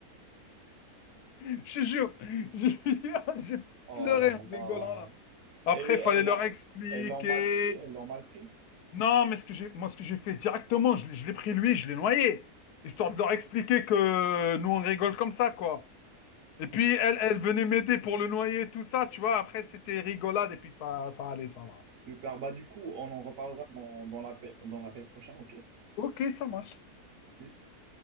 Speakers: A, on the left; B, on the right.
A: Je te jure, <laughs> j'ai j'ai
B: Oh
A: pleuré
B: là
A: en rigolant
B: là.
A: là. Après,
B: Et elles
A: il fallait leur
B: l'ont,
A: expliquer.
B: elles l'ont mal pris, elles l'ont mal pris.
A: Non, mais ce que j'ai, moi, ce que j'ai fait directement, je, l'ai- je l'ai pris lui, je l'ai noyé, histoire de leur expliquer que nous, on rigole comme ça, quoi. Et puis, elle, elle venait m'aider pour le noyer, tout ça, tu vois. Après, c'était rigolade, et puis ça, ça allait, ça va.
B: Super. Bah, du coup, on en reparlera dans, dans l'appel, dans l'appel prochain, ok?
A: Ok, ça marche.
B: À plus.